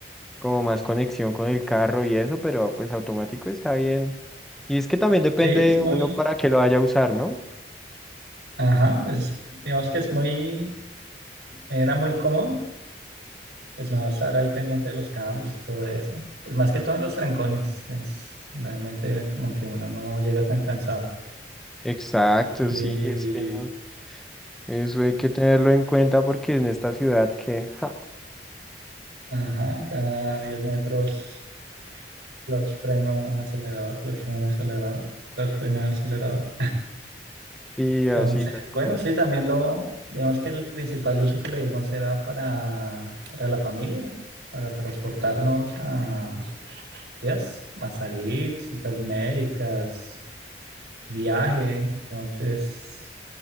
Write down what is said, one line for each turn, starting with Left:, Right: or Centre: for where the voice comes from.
Centre: como más conexión con el carro y eso, pero pues automático está bien. Y es que también depende
Right: Sí, es muy,
Centre: uno para qué lo vaya a usar, ¿no?
Right: ajá, es, digamos que es muy, era muy cómodo, pues no estar ahí pendiente de los cambios y todo eso. Pues más que todo en los trancones, es realmente como que uno no llega tan cansado.
Centre: Exacto,
Right: Y,
Centre: sí, es que eso hay que tenerlo en cuenta porque en esta ciudad que, ja,
Right: ajá, cada 10 metros, clutch, freno, acelerador, clutch, freno, acelerador, clutch, freno, acelerador.
Centre: y así
Right: Entonces,
Centre: tal cual.
Right: bueno, sí, también lo, digamos que el principal uso que le dimos era para, para la familia, para transportarnos a días a salir, citas médicas, viaje. Entonces,